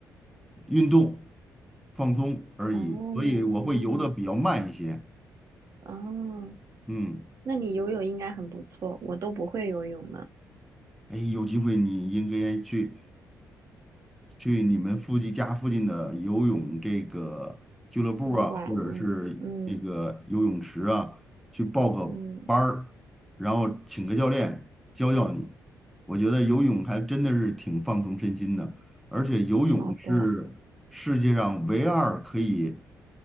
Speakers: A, in the centre; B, on the right (about 50°).
A: 运动放松而已。
B: 哦，
A: 所以我会游的比较慢一些，
B: 哦，哦，
A: 嗯。
B: 那你游泳应该很不错，我都不会游泳呢，
A: 哎，有机会你应该去去你们附近家附近的游泳这个俱乐部啊，
B: 游泳馆，
A: 或者是这个游泳池啊，
B: 嗯嗯
A: 去报个班儿，
B: 嗯，
A: 然后请个教练教教你。我觉得游泳还真的是挺放松身心的，而且游泳是世界上唯二可以
B: 好的，